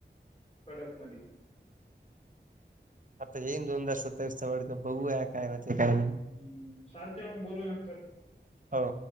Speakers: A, on the left; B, on the right.
A: कडक मध
B: आत्ता हे दोन हजार सत्तावीस चा वल्ड कप बघुया काय <unintelligible> काय
A: हम्म चालते मग बोलू नंतर
B: हो